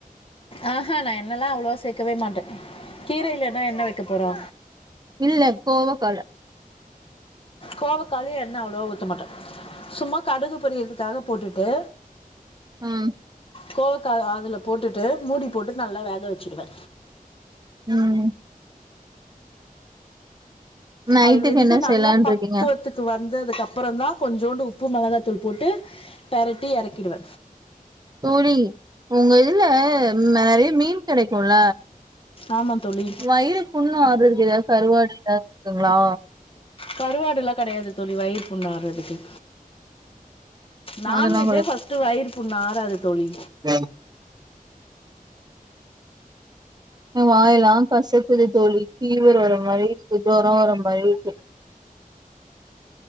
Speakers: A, on the left; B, on the right.
A: அ ஹ நா எண்ணெல்லா அவ்ளோவா சேக்கவே மாட்ட கீரயிலனா என்ன வைக்க போறோ
B: இல்ல கோவக்கால
A: கோவக்காலயு எண்ணெ அவ்ளோவா ஊத்த மாட்ட சும்மா கடுகு பொரியறதுக்காக போட்டுட்டு
B: ம்
A: கோவக்கா அதுல போட்டுட்டு மூடி போட்டுட்டு நல்லா வேக வச்சுடுவ
B: ம் நைட்டுக்கு
A: அது வெந்து
B: என்ன
A: நல்லா
B: செய்யலான்னு
A: பக்குவத்
B: இருக்கீங்க
A: துக்கு வந்ததுக்கப்பறந்தா கொஞ்சோண்டு உப்பு மெளகாத்தூள் போட்டு பெரட்டி எறக்கிடுவ
B: தோழி உங்க இதுல நெறய மீன் கெடைக்குல
A: ஆமா தோழி
B: வயிறு புண்ணு ஆறதுக்கு கருவாடு எதாது இருக்குங்ளா
A: கருவாடுல்லா கெடையாது தோழி வயிறு புண்ணாறதுக்கு நான்வெஜ்ஜே
B: அதெல்லா
A: ஃபர்ஸ்ட்டு வயிறு புண் ஆறாது தோழி
B: வேலு எ வாயெல்லா கசக்குது தோழி ஃபீவர் வர மாரி இருக்கு ஜொரோ வர மாரி இருக்கு